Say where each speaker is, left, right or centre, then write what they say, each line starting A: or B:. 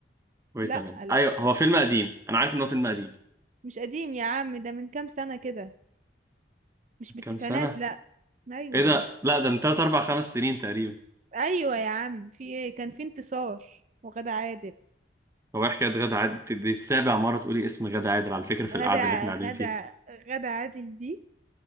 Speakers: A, on the right; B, on the right.
A: وي
B: لا
A: تمام
B: لا
A: ايوه هو
B: لا
A: فيلم قديم انا عارف ان هو فيلم قديم
B: مش قديم يا عم ده من كام سنة كده مش بالتسعينات
A: كام سنة
B: لا ايوه
A: ايه ده لا ده من 3 4 5 سنين تقريبا
B: ايوه يا عم في ايه كان في انتصار وغادة عادل
A: هو إيه حكاية غادة عادل دي السابع مرة تقولي اسم غادة عادل على فكرة في
B: غادة
A: القعدة اللي احنا قاعدين
B: غادة
A: فيها
B: غادة عادل دي